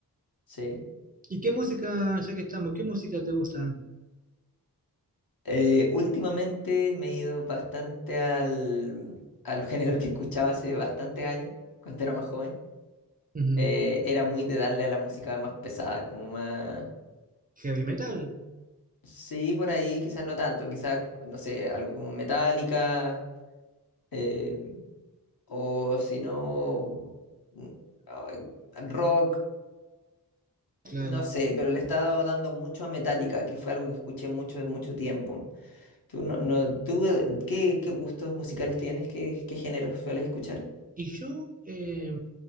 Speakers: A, on the left; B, on the right.
A: sí.
B: ¿Y qué música, ya que estamos, qué música te gusta?
A: Eh, últimamente me he ido bastante al, a los géneros que escuchaba hace bastantes años, cuando era más joven.
B: Ujú.
A: Eh, era muy de darle a la música más pesada, como más...
B: Heavy metal,
A: Sí, por ahí quizás no tanto, quizás, no sé, algo como Metallica, eh, o si no... mm, ay, rock
B: claro.
A: No sé, pero le estaba dando mucho a Metallica, que fue algo que escuché mucho, mucho tiempo. ¿Tú, no, no- tú eh, qué, qué gustos musicales tienes? ¿Qué, qué géneros sueles escuchar?
B: Y yo, eh,